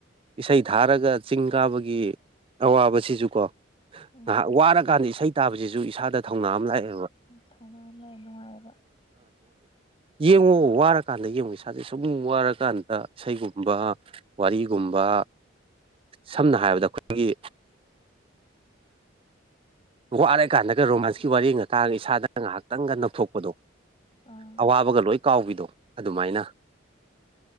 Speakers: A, on the right; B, on the left.
A: ꯏꯁꯩ ꯊꯥꯔꯒ ꯆꯤꯡ ꯀꯥꯕꯒꯤ ꯑꯋꯥꯕꯁꯤꯁꯨ ꯀꯣ
B: ꯎꯝ
A: ꯉꯍꯥꯛ ꯋꯥꯔꯀꯥꯟꯗ ꯏꯁꯩ ꯇꯥꯕꯁꯤꯁꯨ ꯏꯁꯥꯗ ꯊꯧꯅꯥ ꯑꯃ ꯂꯥꯛꯑꯦ
B: ꯊꯧꯅꯥ ꯂꯩ ꯅꯨꯡꯉꯥꯏꯕ
A: ꯌꯦꯡꯉꯣꯑꯣ ꯋꯥꯔꯀꯥꯟꯗ ꯌꯦꯡꯉꯨꯁꯦ ꯏꯁꯥꯁꯦ ꯁꯨꯝꯨꯡ ꯋꯥꯔꯀꯥꯟꯗ ꯏꯁꯩꯒꯨꯝꯕ ꯋꯥꯔꯤꯒꯨꯝꯕ ꯁꯝꯅ ꯍꯥꯏꯔꯕꯗ ꯑꯩꯈꯣꯏꯒꯤ ꯋꯥꯔꯀꯥꯟꯗꯒ ꯔꯣꯃꯥꯟꯁꯀꯤ ꯋꯥꯔꯤ ꯉ ꯇꯥꯔꯒ ꯏꯁꯥꯗ ꯉꯥꯏꯍꯥꯛꯇꯪꯒ ꯅꯧꯊꯣꯛꯄꯗꯣ
B: ꯑꯥ
A: ꯑꯋꯥꯕꯒ ꯂꯣꯏ ꯀꯥꯎꯕꯤꯗꯣ ꯑꯗꯨꯃꯥꯏꯅ